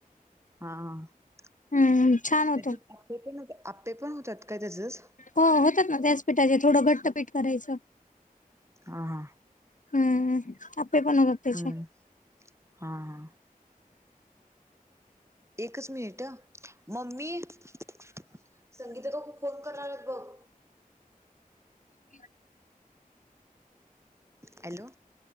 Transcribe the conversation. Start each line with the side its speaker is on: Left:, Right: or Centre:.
Right: हा हा हा.
Left: हम्म हम्म छान होतं.
Right: त्याच्यात आप्पे पण आप्पे पण होतात काय त्याचंच?
Left: हो होतात ना त्याच पीठाचे थोडं घट्ट पीठ करायचं.
Right: हां हां.
Left: हम्म आप्पे पण होतात. त्याचे
Right: हम्म हा हा. एकच मिनिट ह, मम्मी संगीता काकू फोन करल्यात बग.
Left: <inaudible>
Right: हॅलो.